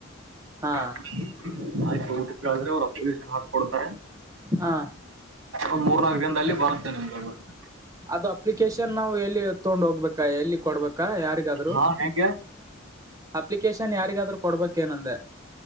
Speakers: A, on the right; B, on the right.
A: ಹಾ
B: ನಿ <unintelligible> ಆದ್ರೆ ಅವರ ಅಪ್ಲಿಕೇಶನ್ ಹಾಕ್ ಕೊಡ್ತಾರೆ
A: ಹ
B: ಒಂದ್ ಮೂರ್ನಾಕ್ ದಿನದಲ್ಲಿ ಬರುತ್ <unintelligible>
A: ಅದು ಅಪ್ಲಿಕೇಶನ್ ನಾವು ಎಲ್ಲಿ ತೊಂಡ್ <unintelligible> ಹೋಗ್ಬೇಕ ಎಲ್ಲಿ ಕೊಡ್ಬೇಕಾ ಯಾರಿಗಾದ್ರು.
B: ಹಾ ಹೆಂಗೆ
A: ಅ ಲಿಕೇಶನ್ ಯಾರಿಗಾದ್ರೂ ಕೊಡ್ಬೇಕೇಏನಂದೆ